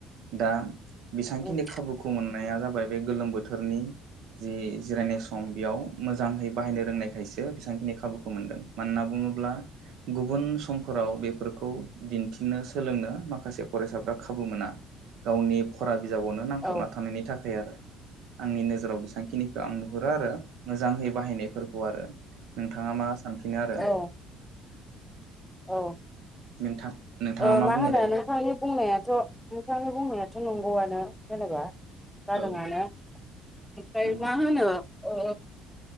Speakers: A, on the right; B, in the centre.
A: दा बेसेबांखिनि
B: उम
A: खाबुखौ मोननाया जाबाय बाय बे गोलोम बोथोरनि जि जिरायनाय सम बियाव मोजाहै बाहायनो रोंनायखायसो बेसेबांखिनि खाबुखौ मोनदों। मानना बुङो ब्ला गुबुन समफोराव बेफोरखौ दिन्थिनो सोलोंनो माखासे फरायसाफ्रा खाबु मोना। गावनि फरा बिजाबावनो नांथाबना
B: औ
A: थानायनि थाखाय आरो आंनि नोजोराव बेसेबांखिनिखौ आं नुहुरो आरो। मोजाङै बाहायनायफोरखौ आरो नोंथाङा मा सानफिनो आरो
B: औ औ
A: नोंथां नोंथाङा
B: औ मा
A: बुङो
B: होनो
A: दायो
B: नोंथांनि बुंनायाथ' नोंथांनि बुंनायाथ' नंगौआनो जेनेबा जादोंआनो
A: औ
B: ओमफ्राय
A: औ
B: मा होनो औ